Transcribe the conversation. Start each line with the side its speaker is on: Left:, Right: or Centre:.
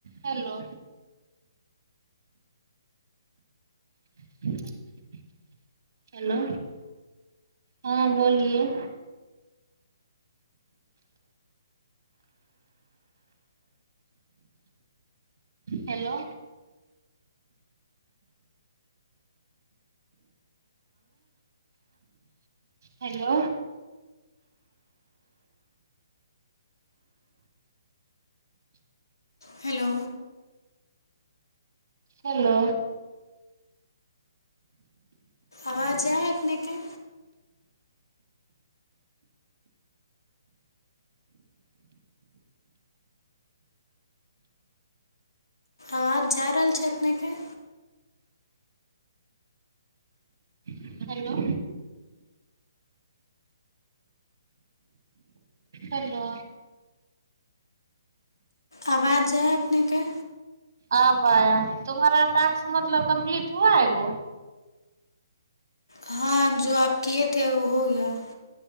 Right: hello hmm hello हँ बोलिए hello hello
Left: hello
Right: hello
Left: आवाज आय अपनेके आवाज जा रहल छै अपनेके
Right: हेलो हलो
Left: आवाज आय अपनेके
Right: आबा तुम्हारा टास्क मतलब कम्प्लीट हुआ एगो
Left: हँ जो आप किएथे ओ हो गया